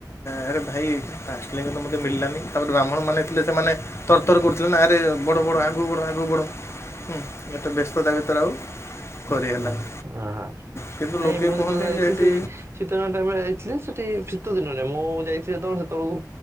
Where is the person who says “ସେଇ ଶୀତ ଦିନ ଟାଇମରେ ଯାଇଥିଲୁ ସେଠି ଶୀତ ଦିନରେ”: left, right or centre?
Right